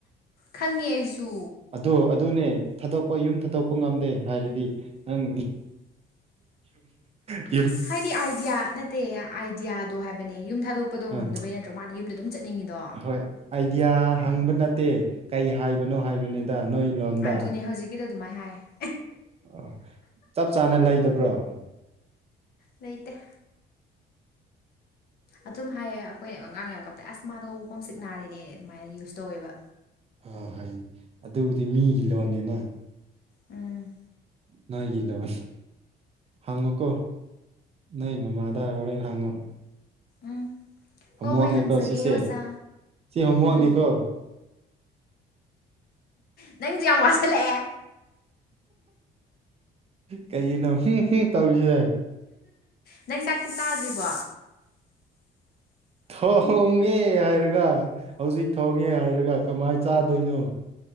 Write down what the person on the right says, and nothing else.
ꯑꯗꫭ ꯑꯗꯨꯅꯦ ꯊꯥꯗꯣꯛꯄ ꯌꯨꯝ ꯊꯥꯗꯣꯛꯄ ꯉꯝꯗꯦ ꯍꯥꯏꯔꯗꯤ ꯅꯪ ꯌꯨꯝ
ꯎꯝ
ꯍꯣꯏ ꯑꯥꯏꯗꯤꯌꯥ ꯍꯪꯕ ꯅꯠꯇꯦ ꯀꯩ ꯍꯥꯏꯕꯅꯣ ꯍꯥꯏꯕꯅꯤꯗ ꯅꯣꯏ ꯂꯣꯟꯗ
ꯑꯣ ꯆꯞ ꯆꯥꯅ ꯂꯩꯗꯕ꯭ꯔꯣ
ꯑꯥ ꯍꯣꯏꯅꯦ ꯑꯗꯨꯕꯨꯗꯤ ꯃꯤꯒꯤ ꯂꯣꯟꯅꯤꯅ
ꯅꯣꯏꯒꯤ ꯂꫭꯟ ꯍꯪꯉꯣꯀꯣ ꯅꯣꯏ ꯃꯃꯥꯗꯥ ꯍꯣꯔꯦꯟ ꯍꯪꯉꯣ
ꯑꯃꯨꯍꯪꯅꯤꯀꯣ
ꯁꯤꯁꯦ
ꯁꯤ ꯑꯃꯨꯍꯪꯅꯤꯀꯣ
ꯀꯩꯒꯤꯅꯣ ꯍꯨꯝ ꯍꯨꯝ ꯇꯧꯔꯤꯁ‌ꯦ
ꯊꯣꯡꯉꯦ ꯍꯥꯏꯔꯒ ꯍꯧꯖꯤꯛ ꯊꯣꯡꯉꯦ ꯍꯥꯏꯔꯒ ꯀꯃꯥꯏ ꯆꯥꯗꯣꯏꯅꯣ